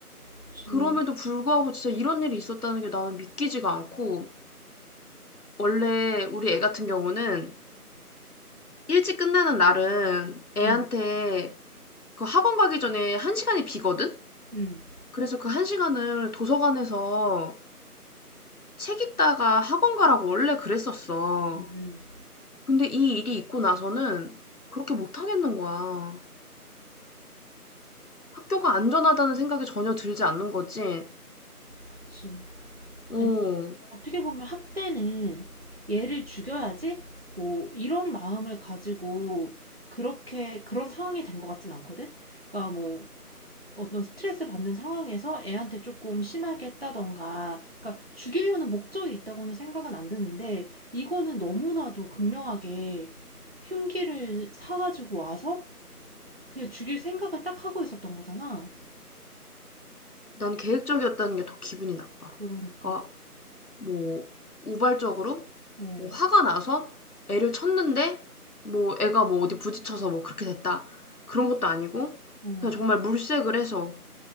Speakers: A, on the right (about 40°); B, on the left (about 70°).
A: 그치,
B: 그럼에도 불구하고 진짜 이런 일이 있었다는 게 나는 믿기지가 않고 원래 우리 애 같은 경우는 일찍 끝나는 날은 애한테
A: 응,
B: 그 학원 가기 전에 한 시간이 비거든?
A: 응,
B: 그래서 그 한 시간을 도서관에서 책 읽다가 학원 가라고 원래 그랬었어.
A: 응, 응,
B: 근데 이 일이 있고 나서는 그렇게 못 하겠는 거야. 학교가 안전하다는 생각이 전혀 들지 않는 거지.
A: 그치.
B: 어,
A: 아니, 어떻게 보면 학대는 얘를 죽여야지? 뭐, 이런 마음을 가지고 그렇게, 그런 상황이 된 것 같진 않거든? 그러니까 뭐, 어떤 스트레스 받는 상황에서 애한테 조금 심하게 했다던가, 그러니까 죽이려는 목적이 있다고는 생각은 안 드는데, 이거는 너무나도 극명하게 흉기를 사가지고 와서 그냥 죽일 생각을 딱 하고 있었던 거잖아.
B: 난 계획적이었다는 게 더 기분이 나빠.
A: 그러니까.
B: 아, 뭐, 우발적으로?
A: 응,
B: 뭐 화가 나서 애를 쳤는데, 뭐, 애가 뭐 어디 부딪혀서 뭐 그렇게 됐다. 그런 것도 아니고,
A: 응.
B: 그냥 정말 물색을 해서,